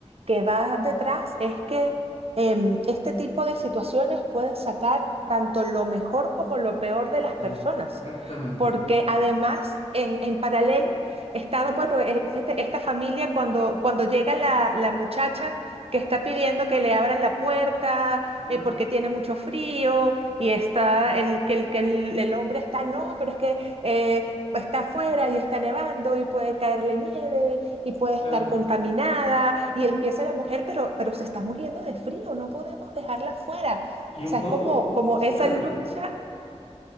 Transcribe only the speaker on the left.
Exactamente.
¿no?
Claro.
Y
y
un
poco,
y-
claro,